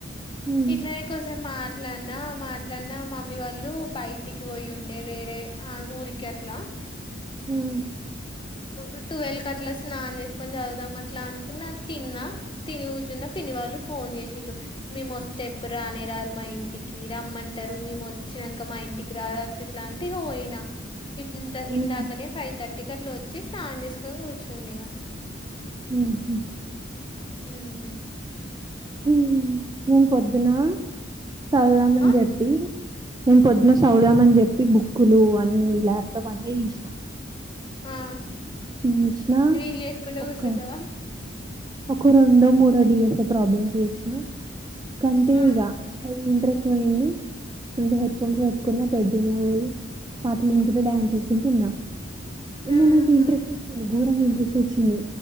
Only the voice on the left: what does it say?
ఇట్లే కొద్దిసేపు మాట్లాడినా మాట్లాడిన మమ్మీ వాళ్ళు పైటికి బొయి ఉండే వేరే ఆ ఊరి కేట్లా
ఉ ట్వెల్వ్ కి అట్లా స్నానం జేసుకొని, జదువుదాం అట్లా అనుకున్న తిన్నా. తిన్ని గూచున్నా, పిన్ని వాళ్ళు ఫోన్ జేసిళ్ళు. మేమొస్తే ఎప్పుడు రానే రారు మా ఇంటికి రమ్మంటరు మేము ఒచ్చినంక మా ఇంటికి. రాదట్ల ఇట్ల అంటే ఇగ బొయినా. ఇప్పుంత
ఇందాకనే ఫైవ్ థర్టీకి అట్ల ఒచ్చి స్నాన్ జేసుకొని గూచున్న ఇగా.
మ్
ఆ
ఆహ్
రీల్ జేసుకుంట
గూసున్నవా?
ఆ
ఆహా